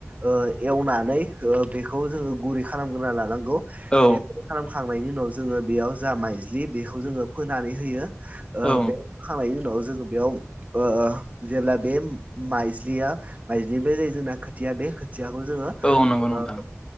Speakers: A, on the right (about 30°); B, on the left (about 15°).
A: ओ एवनानै ओ बेखौ जोङो गुरै खालामग्रोना लानांगौ
B: औ
A: बेबायदि खालामखांनायनि उनाव जोङो बेयाव जा माइज्लि बेखौ जोङो फोनानै होयो ओ
B: औ
A: बे फोखांनायनि उनाव जोङो बेयाव ओ जेब्ला बे माइज्लिया माइज्लिनिफ्राय जायो जोंना खोथिया बे खोथियाखौ जोङो
B: औ नंगौ नोंथां
A: ओ